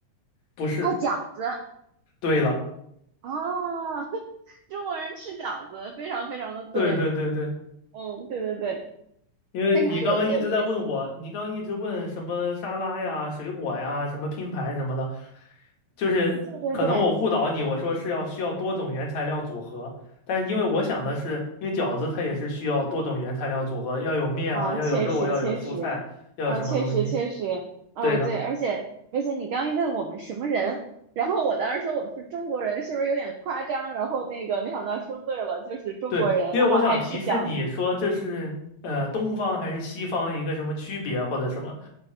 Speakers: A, on the left; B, on the right.
A: 不是。
B: 啊，饺子，
A: 对了，
B: 哦，<laughs> 中国人吃饺子，非常非常的对。
A: 对对对对，
B: 嗯，对对对，
A: 因为你刚刚一直在问我，
B: 非常有有意思。
A: 你刚刚一直问什么沙拉呀、水果呀、什么拼盘什么的，就是可能我误导你，
B: 对对对，
A: 我说是要需要多种原材料组合，但是因为我想的是，因为饺子它也是需要多种原材料组合，要有面啊，
B: 啊，
A: 要有肉啊，
B: 确实确实，
A: 要有蔬菜，要有什么东西。
B: 啊，确实确实，嗯，
A: 对的。
B: 对，而且而且你刚一问我们什么人，然后我当时说我是中国人，是不是有点夸张？然后那个没想到说对了，就是中国人，
A: 对，因为我想提示你说这是呃东方还是西方一个什么区别或者什么，
B: 然后爱吃饺子。